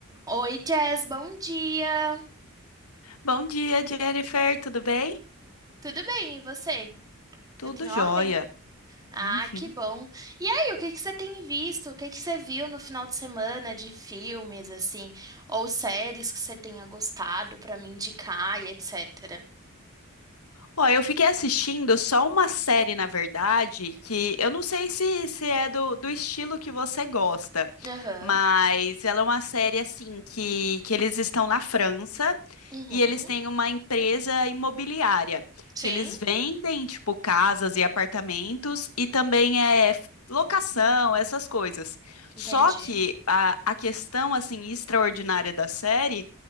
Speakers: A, on the right; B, on the left.
A: Oi, Jess, bom dia.
B: Bom dia, Jennifer, tudo bem?
A: Tudo bem, e você?
B: Tudo
A: Tudo em ordem?
B: jóia.
A: Ah,
B: Uhum.
A: que bom. E aí, o que que você tem visto? O que que você viu no final de semana de filmes, assim, ou séries que você tenha gostado pra me indicar e etc.
B: Ó, eu fiquei assistindo só uma série, na verdade, que eu não sei se, se é do, do estilo que você gosta,
A: Aham.
B: mas ela é uma série assim que, que eles estão na França
A: Uhum.
B: e eles têm uma empresa imobiliária
A: Sim,
B: que eles vendem tipo casas e apartamentos e também é f- locação, essas coisas.
A: entendi.
B: Só que a, a questão assim extraordinária da série